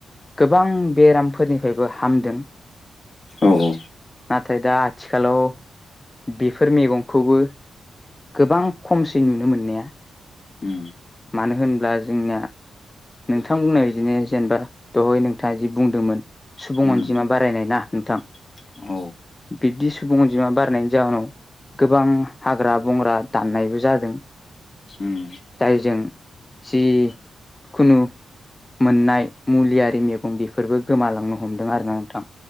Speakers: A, on the left; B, on the left.
A: गोबां बेरामफोरनिफ्रायबो हामदों।
B: औ औ
A: नाथाय दा आथिखालाव बेफोर मैगंखौबो गोबां खमसै नुनो मोननाया।
B: उम
A: मानो होनब्ला जोंनिया नोंथां बुंनाय बिदिनो जेनेबा दहाय नोंथाङा जि बुंदोंमोन सुब
B: उम
A: अनजिमा बारायनाय ना नोंथां।
B: <inaudible>
A: बिब्दि सुबुं अनजिमा बारनायनि जाहोनाव गोबां हाग्रा बंग्रा दाननायबो जादों।
B: उम।
A: जों जि खुनु मोननाय मुलियारि मैगं बेफोरबो गोमालांनो हमदों आरोना नोंथां।